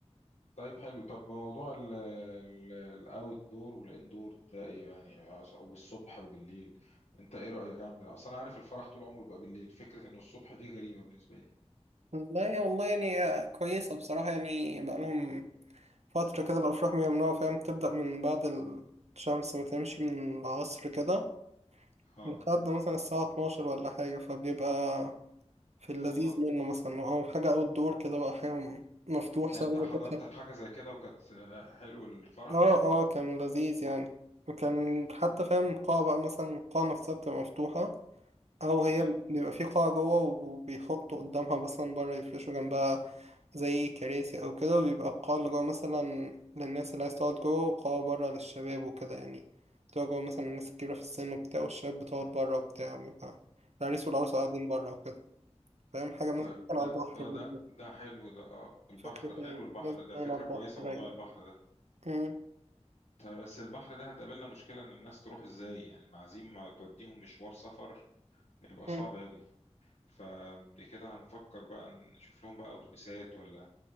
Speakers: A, on the left (about 80°); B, on the right (about 70°).
A: طيب حلو طب موضوع ال ال- الاوت دور والان دور ده ايه يعني أص- والصبح وبالليل انت ايه رأيك اعمل اصل انا عارف الفرح طول عمره بيبقى بالليل فكرة انه الصبح دي غريبة بالنسبة لي
B: لا والله يعني كويسة بصراحة يعني بقالهم فترة كده الأفراح بيعملوها فاهم تبدأ من بعد الشمس وتمشي من العصر كده
A: اه
B: لحد مثلا الساعة 12 ولا حاجة فبيبقى في اللذيذ
A: والله
B: منه مثلا أو حاجة أوت دور كده بقى حاجة مفتوح
A: يعني
B: سواء
A: انت
B: إذا
A: حضرت
B: كانت
A: حاجة زي كده وكانت آه، حلو الفرح
B: اه اه كان لذيذ يعني وكان حتى فاهم قاعة بقى مثلا القاعة نفسها بتبقى مفتوحة أو
A: تمام
B: هي بيبقى في قاعة جوه وب- وبيحطوا قدامها مثلا بره يفرشوا جنبها زي كراسي أو كده وبيبقى القاعة اللي جوه مثلا للناس اللي عايز تقعد جوه وقاعة بره للشباب وكده يعني بتقعد جوه مثلا الناس الكبيرة في السن وبتاع والشباب بتقعد بره وبتاع ويبقى العريس والعروسة قاعدين بره وكده فاهم حاجة مثلا
A: طيب
B: كان
A: ده
B: على البحر
A: آه،
B: برضه
A: ده ده حلو ده آه، البحر
B: فكرة
A: حلو
B: إن
A: البحر
B: الناس بتكون
A: ده فكرة
B: على البحر
A: كويسة
B: رايقة
A: موضوع البحر ده
B: مم.
A: طيب بس البحر ده هتقابلنا مشكلة ان الناس تروح ازاي يعني المعازيم ما توديهم مشوار سفر يبقى صعب
B: مم.
A: اوي فكده هنفكر بقى نشوف لهم بقى اتوبيسات ولا